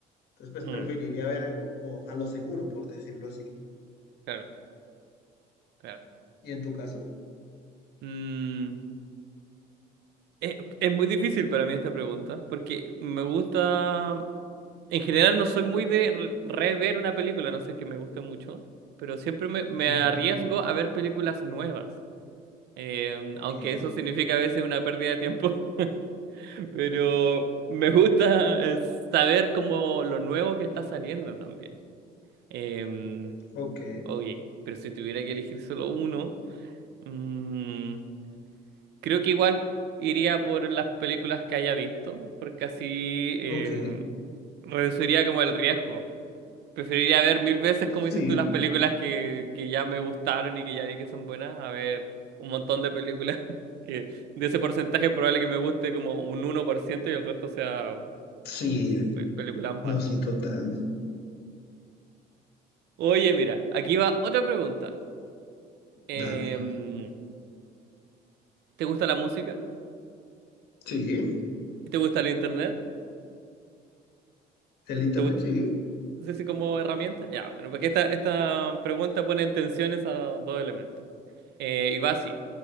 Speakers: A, on the left; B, on the right.
A: Entonces, pues
B: Mm,
A: preferiría ver algo como a lo seguro, por decirlo así.
B: claro, claro.
A: ¿Y en tu caso?
B: Mm, es, es muy difícil para mí esta pregunta porque me gusta... En general no soy muy de re- rever una película, no sé que me guste mucho, pero siempre me, me
A: Ujú.
B: arriesgo a ver películas nuevas. Eh,
A: Ok,
B: aunque eso significa a veces una pérdida de tiempo, <laughs> pero me gusta eh, saber como lo nuevo que está saliendo también. Eh,
A: ok,
B: oye, pero si tuviera que elegir solo uno, mm, creo que igual iría por las películas que haya visto, porque así eh,
A: ok.
B: reduciría como el riesgo. Preferiría ver mil veces,
A: Sí,
B: como dices tú, las películas que, que ya me gustaron y que ya vi que son buenas, a ver un montón de películas <laughs> que de ese porcentaje es probable que me guste como un uno por ciento y el resto sea
A: sí,
B: pe- películas malas.
A: no, sí, total.
B: Oye, mira, aquí va otra pregunta. Em,
A: Dale.
B: ¿te gusta la música?
A: Sí,
B: ¿Te gusta el internet?
A: el internet,
B: ¿Te gusta?
A: sí.
B: Sí, sí, como herramienta. Ya, bueno, porque esta, esta pregunta pone en tensión esos dos elementos. Eh, y va así.